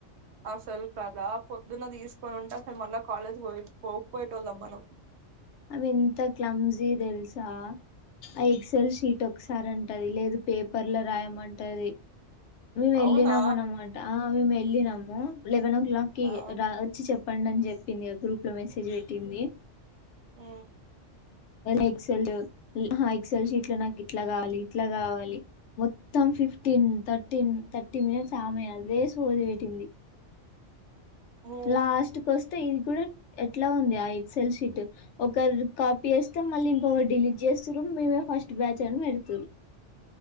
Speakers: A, on the right (about 65°); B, on the left (about 70°).
A: అసలు కదా పొద్దున్న తీసుకొని ఉంటే అసలు మళ్ళా కాలేజ్ పోకపోయేటోళ్ళం మనం,
B: అవి ఎంత క్లమ్జీ తెల్సా ఆ ఎక్సెల్ షీట్ ఒకసారి అంటది లేదు పేపర్ లో రాయమంటది. మేము వెళ్ళినాము
A: అవునా
B: అ అన్నమాట మేము వెళ్ళినాము లెవెన్ ఓ క్లాక్ కి
A: ఆ
B: రా వచ్చి చెప్ప చెప్పండి అని చెప్పింది ఆ గ్రూప్ లో మెసేజ్ పెట్టింది.
A: ఉ
B: ఎక్సెల్ ఎక్సెల్ షీట్లు నాకు ఇట్లా కావాలి ఇట్లా కావాలి మొత్తం ఫిఫ్టీన్ థర్టీన్ థర్టీ మినిట్స్ ఆమె అదే సోది పెట్టింది.
A: ఓ
B: లాస్ట్ కు వస్తే ఇది కూడా ఎట్లా ఉంది ఆ ఎక్సల్ షీట్ ఒకరు కాపీ వేస్తే మళ్ళీ ఇంక ఒకరు డిలీట్ చేస్తారు. మీమే ఫస్ట్ బ్యాచ్ అన్ని పెడుతురు,